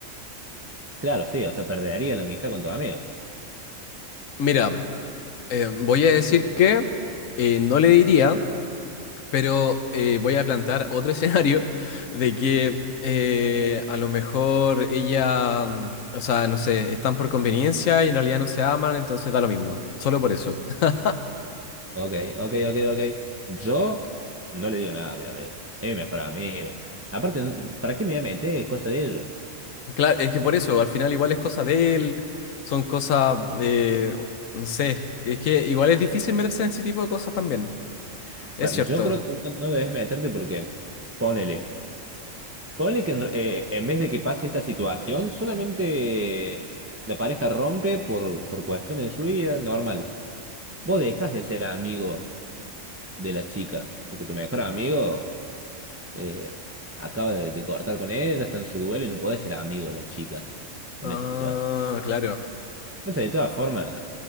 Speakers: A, on the right; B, on the left.
A: Claro, sí, o sea, perdería la amistad con tu amigo.
B: Mira, eh, voy a decir que eh, no le diría. Pero eh, voy a plantear otro <laughs> escenario de que eh, a lo mejor ella, mm, o sea, no sé, están por conveniencia y en realidad no se aman, entonces da lo mismo, solo por eso. <laughs>
A: Ok, ok, ok, ok. Yo no le digo nada a mi amigo. Es mi mejor amigo. Aparte, ¿para qué me voy a meter? Es cosa de ellos.
B: Claro, es que por eso, al final igual es cosa de él, son cosas, eh, no sé, es que igual es difícil meterse en ese tipo de cosas también, es
A: Pa-
B: cierto.
A: Yo creo que no, no debes meterte porque, ponele, ponele que en, eh, en vez de que pase esta situación, solamente la pareja rompe por, por cuestiones de su vida, normal. Vos dejas de ser amigo de la chica, porque tu mejor amigo eh, acaba de, de cortar con ella, está en su duelo y no podés ser amigo de la chica en
B: Ah,
A: esa situación.
B: claro,
A: Entonces, de todas formas,